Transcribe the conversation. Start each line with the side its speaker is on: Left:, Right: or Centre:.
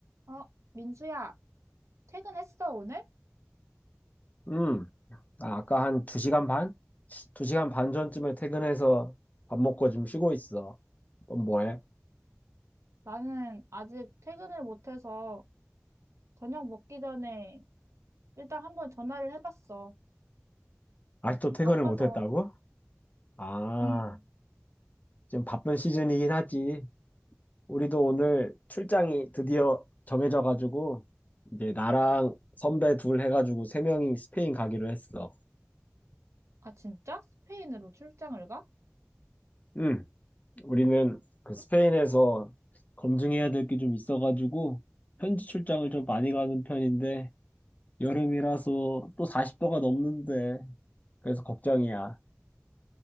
Right: 어, 민수야, 퇴근했어, 오늘?
Left: 음, 아, 아까 한 2시간 반? 2시간 반 전쯤에 퇴근해서 밥 먹고 지금 쉬고 있어. 넌 뭐해?
Right: 나는 아직 퇴근을 못해서 저녁 먹기 전에 일단 한번 전화를 해봤어.
Left: 아직도
Right: 너무
Left: 퇴근을
Right: 바빠서.
Left: 못 했다고? 아,
Right: 응.
Left: 지금 바쁜 시즌이긴 하지. 우리도 오늘 출장이 드디어 정해져 가지고 이제 나랑 선배 둘 해가지고 세 명이 스페인 가기로 했어.
Right: 아, 진짜? 스페인으로 출장을 가?
Left: 응 우리는 그 스페인에서 검증해야 될 게 좀 있어가지고 현지 출장을 좀 많이 가는 편인데 여름이라서 또 40도가 넘는데 그래서 걱정이야.